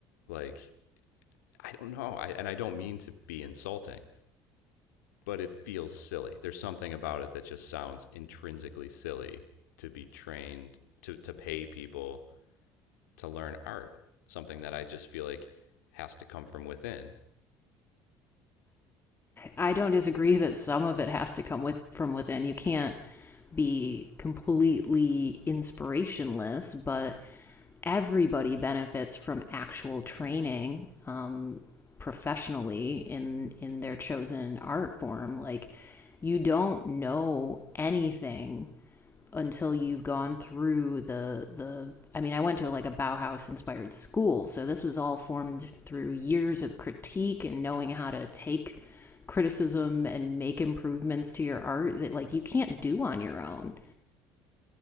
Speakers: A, on the left; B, on the left.
A: like I don't know. I and I don't mean to be insulting, but it feels silly. There's something about it that just sounds intrinsically silly to be trained to to pay people to learn art, something that I just feel like has to come from within.
B: I don't disagree that some of it has to come with from within. You can't be completely inspirationless, but everybody benefits from actual training uh, professionally in in their chosen art form. Like you don't know anything until you've gone through the the I mean I went to like a Bauhaus inspired school so this was all formed through years of critique and knowing how to take criticism and make improvements to your art that like you can't do on your own.